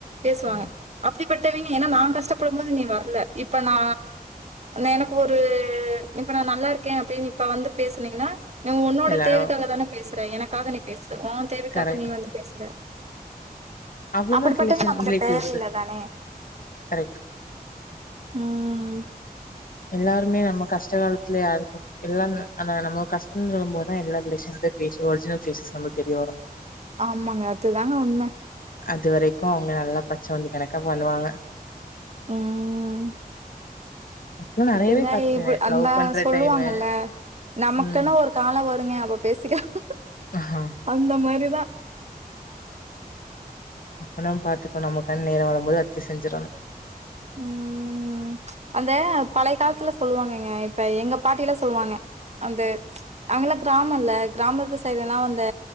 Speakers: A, on the right (about 45°); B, on the left (about 65°).
A: பேசுவாக
B: ம்
A: அப்டி கஷ்டப்பட்டவங்க ஏன்னா நா கஷ்டப்படும் போது நீ வரல இப்ப நா எனக்கு ஒரு இப்ப நாநல்லா இருக்கே அப்டின்னு இப்ப வந்து பேசனிங்கன்னா நீ உன்னோட
B: எல்லாரு
A: தேவைக்காக தானே பேசுற எனக் உனக்காக நீ பேசு ஓ தேவைக்காக
B: கரெக்ட்
A: நீ வந்து பேசுற
B: அவ்ளோதா
A: அப்டிப்பட்டது
B: ரிலேஷன்
A: நமக்கு
B: ரிலேட்டிவ்ஸ்
A: தேவ இல்லதானே
B: கரெக்ட்
A: ம்
B: எல்லாருமே நம்ம கஷ்ட காலத்துல யாருக் எல்லா ந நம்ம கஷ்ட சொல்லு போதுதா எல்லா ரிலேஷன் ஒரிஜினல் ஃபேசஸ் நமக்கு தெரிய வரு
A: ஆமங்க அதுதாங்க உண்ம
B: அது வரைக்கு அவுங்க நல்லா பச்சோந்தி கணக்கா பண்ணுவாங்க
A: ம்
B: நா நெறையவே
A: விட்டுங்க
B: பாத்துட்டேன்
A: இப்ப அதா
B: லவ் பண்ற
A: சொல்லுவாங்கல்ல
B: டைமு
A: நமக்குன்னு
B: ம்
A: ஒரு கால வரு விடுங்க அப்போ பேசிக்கலா
B: ஆஹா
A: அந்த மாரிதா
B: அப்பன பாத்துக்கோ நமக்கான நேர வரும்போது அத்தி செஞ்சிரணு
A: ம் அந்த பழைய காலத்துல சொல்லுவாங்கங்க இப்ப எங்க பாட்டி எல்லா சொல்லுவாங்க அந்த அங்கல்லா கிராம இல்ல கிராமத்து சைடு எல்லா அந்த